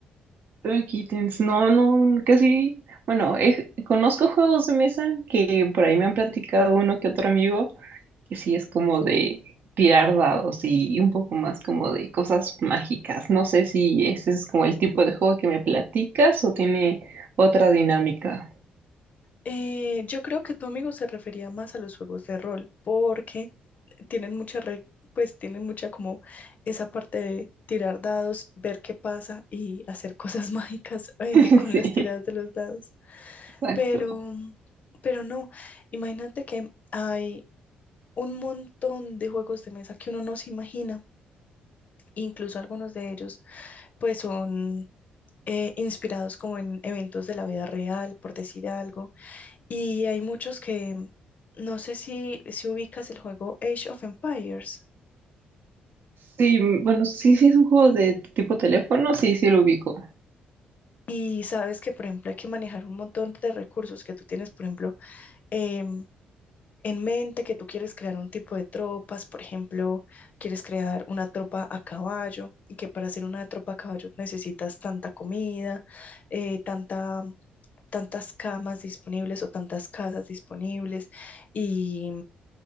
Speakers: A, on the right (about 65°); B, on the left (about 45°).
A: Pero Kittens, no, no, casi, bueno, eh, conozco juegos de mesa que por ahí me han platicado uno que otro amigo, que sí es como de tirar dados y un poco más como de cosas mágicas. No sé si ese es como el tipo de juego que me platicas o tiene otra dinámica.
B: Eh, yo creo que tu amigo se refería más a los juegos de rol porque tienen mucha re- pues tienen mucha como esa parte de tirar dados, ver qué pasa y hacer cosas <laughs> mágicas eh,
A: <laughs>
B: con
A: Sí,
B: las tiradas de los dados.
A: exacto.
B: Pero, mm, pero no, imagínate que hay un montón de juegos de mesa que uno no se imagina, incluso algunos de ellos pues son eh, inspirados como en eventos de la vida real, por decir algo y hay muchos que, no sé si, si ubicas el juego Age of Empires
A: Sí, bueno, sí, sí es un juego de tipo teléfono, sí, sí lo ubico.
B: y sabes que, por ejemplo, hay que manejar un montón de recursos que tú tienes, por ejemplo, em, en mente que tú quieres crear un tipo de tropas, por ejemplo, quieres crear una tropa a caballo y que para hacer una tropa a caballo necesitas tanta comida, eh, tanta, tantas camas disponibles o tantas casas disponibles y